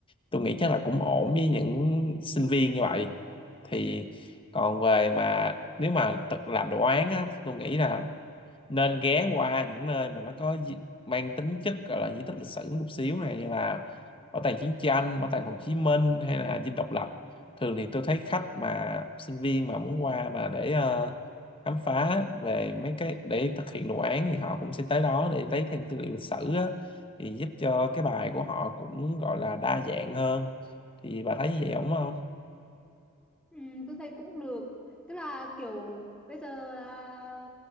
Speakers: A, on the left; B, in the centre.
A: tôi nghĩ chắc là cũng ổn với những sinh viên như vậy thì còn về mà nếu mà tự làm đồ án á, thì tôi nghĩ là nên ghé qua những nơi mà nó có di- mang tính chất gọi là di tích lịch sử một xíu này như là bảo tàng chiến tranh, bảo tàng Hồ Chí Minh hay là Dinh Độc Lập. Thường thì tôi thấy khách mà sinh viên mà muốn qua mà để ờ, khám phá về mấy cái để thực hiện đồ án thì họ cũng sẽ tới đó để lấy thêm tư liệu lịch sử á, thì giúp cho cái bài của họ cũng gọi là đa dạng hơn. Thì bà thấy như vậy đúng không?
B: Ừ, tôi thấy cũng được tức là kiểu bây giờ là